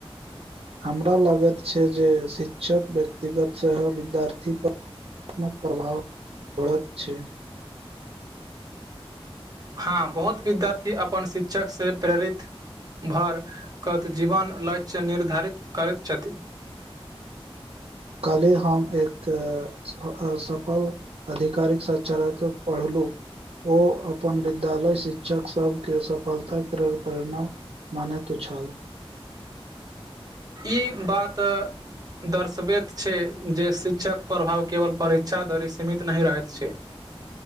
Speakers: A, on the right (about 85°); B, on the right (about 40°).
A: हमरा लागत छै जे शिक्षक व्यक्तिगत सेहो विद्यार्थी पर अमूल प्रभाव <inaudible> परत छै
B: हँ बहुत विद्यार्थी अपन शिक्षक से प्रेरित भर कत जीवन लक्ष्य निर्धारित करैत छति
A: कलही हम एक अ सफल अधिकारिक सच्चरतक पढ़लू ओ अपन विद्यालय शिक्षक सभ केँ सफलता कर प्रेरणा मनेतो छल
B: ई बात दर्शबैत छै जे शिक्षक प्रभाव केवल परीक्षा धरि सीमित नही रहैत छै